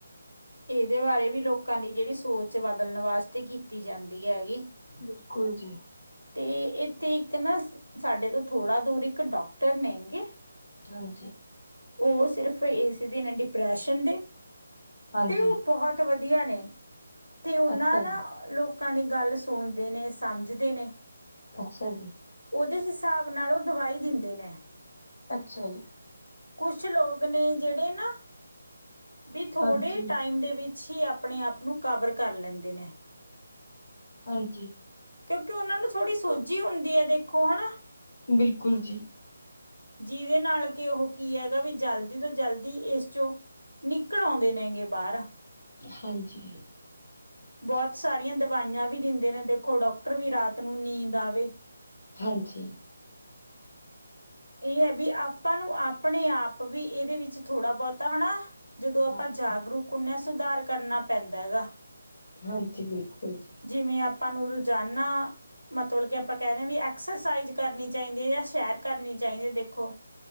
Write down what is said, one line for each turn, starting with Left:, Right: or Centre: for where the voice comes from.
Right: ਇਹਦੇ ਬਾਰੇ ਵੀ ਲੋਕਾਂ ਦੀ ਜਿਹੜੀ ਸੋਚ ਬਦਲਣ ਵਾਸਤੇ ਕੀਤੀ ਜਾਂਦੀ ਹੈਗੀ।
Left: ਬਿਲਕੁਲ ਜੀ।
Right: ਤੇ ਇੱਥੇ ਇੱਕ ਨਾ ਸਾਡੇ ਤੋਂ ਥੋੜਾ ਦੂਰ ਇੱਕ ਡਾਕਟਰ ਨੇਗੇ।
Left: ਹਾਂਜੀ।
Right: ਉਹ ਸਿਰਫ ਇਸ ਦੇ ਨੇ ਡਿਪਰੈਸ਼ਨ ਦੇ।
Left: ਹਾਂਜੀ।
Right: ਤੇ ਉਹ ਬਹੁਤ ਵਧੀਆ ਨੇ, ਤੇ ਉਹਨਾਂ
Left: ਅੱਛਾ
Right: ਨਾ
Left: ਜੀ,
Right: ਲੋਕ ਲੋਕਾਂ ਦੀ ਗੱਲ ਸੁਣਦੇ ਨੇ, ਸਮਝਦੇ ਨੇ
Left: ਅੱਛਾ ਜੀ।
Right: ਉਹਦੇ ਹਿਸਾਬ ਨਾਲ ਉਹ ਦਵਾਈ ਦਿੰਦੇ ਨੇ।
Left: ਅੱਛਾ ਜੀ।
Right: ਕੁਛ ਲੋਕ ਨੇ ਜਿਹੜੇ ਨਾ। ਵੀ ਥੋੜੇ
Left: ਹਾਂਜੀ,
Right: ਟਾਈਮ ਦੇ ਵਿੱਚ ਹੀ। ਆਪਣੇ ਆਪ ਨੂੰ ਕਵਰ ਕਰ ਲੈਂਦੇ ਨੇ।
Left: ਹਾਂਜੀ।
Right: ਕਿਉਂਕਿ ਉਹਨਾ ਨੂੰ ਥੋੜ੍ਹੀ ਸੋਝੀ ਹੁੰਦੀ ਹੈ ਦੇਖੋ ਹਨਾ।
Left: ਬਿਲਕੁਲ ਜੀ,
Right: ਜਿਹਦੇ ਨਾਲ ਕਿ ਉਹ ਕੀ ਹੈਗਾ ਵੀ, ਜਲਦੀ ਤੋਂ ਜਲਦੀ ਇਸ ਚੋਂ ਨਿਕਲ ਆਉਂਦੇ ਨੇਗੇ ਬਾਹਰ।
Left: ਹਾਂਜੀ।
Right: ਬਹੁਤ ਸਾਰੀਆਂ ਦਵਾਈਆਂ ਵੀ ਦਿੰਦੇ ਨੇ ਦੇਖੋ। ਡਾਕਟਰ ਵੀ ਰਾਤ ਨੂੰ ਨੀਂਦ ਆਵੇ।
Left: ਹਾਂਜੀ।
Right: ਇਹ ਹੈ ਬੀ ਆਪਾਂ ਨੂੰ ਆਪਣੇ ਆਪ ਵੀ ਇਹਦੇ ਵਿੱਚ ਥੋੜਾ ਬਹੁਤਾ ਹਨਾ। ਜਦੋਂ ਆਪਾਂ
Left: ਹਾਂਜੀ,
Right: ਜਾਗਰੂਕ ਹੁਨੇ ਆ ਸੁਧਾਰ ਕਰਨਾ ਪੈਂਦਾ ਹੈਗਾ।
Left: ਹਾਂਜੀ ਬਿਲਕੁਲ ਜੀ।
Right: ਜਿਵੇਂ ਆਪਾਂ ਨੂੰ ਰੋਜਾਨਾ। ਮਤਲਬ ਕਿ ਆਪਾਂ ਕਹਿੰਦੇ ਹਾਂ ਵੀ। ਐਕਸਰਸਾਈਜ਼ ਕਰਨੀ ਚਾਹੀਦੀ ਹੈ ਜਾਂ ਸ਼ੈਰ ਕਰਨੀ ਚਾਹੀਦੀ ਦੇਖੋ।